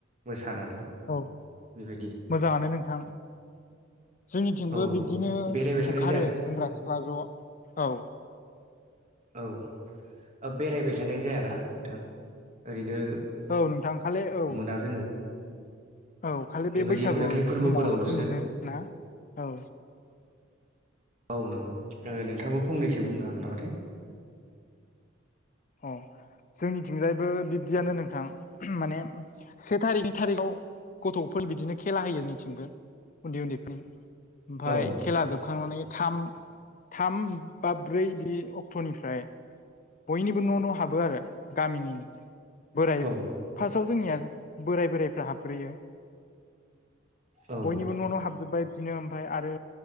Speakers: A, on the right; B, on the left.
A: मोसानानै
B: औ
A: बेबायदि
B: मोजाङानो नोंथां जोंनिथिंबो
A: औ
B: बिब्दिनो
A: बेरायबाय थानाय
B: ओंखारो
A: जायाना
B: सेंग्रा सिख्ला ज' औ
A: औ बेरायबाय थानाय जायाना नोंथां ओरैनो
B: औ नोंथां खाललि औ
A: दा जोङो
B: औ खालि
A: बेबायदि
B: बे बैसागु
A: रंजाथाइ
B: समावल'सो
A: फोरबोफोरावल'सो
B: मोनो ना औ
A: औ नंगौ नोंथांबो फंनैसो बुंनो हागोन नामाथाय
B: अ जोंनिथिंजायबो बिब्दियानो नोंथां माने से थारिखनि थारिखाव गथ'फोरनि बिदिनो खेला होयो जोंनिथिंबो उनदै उनदैफोरनि ओमफ्राय
A: औ
B: खेला जोबखांनानै थाम थाम बा ब्रै बे अक्ट'निफ्राय बयनिबो न' न' हाबो आरो गामिनि बोराय
A: औ
B: फार्स्टयाव जोंनिया बोराय बोराइफ्रा हाबग्रोयो
A: औ
B: बयनिबो न' नाव हाबजोब्बाय बिदिनो ओमफ्राय आरो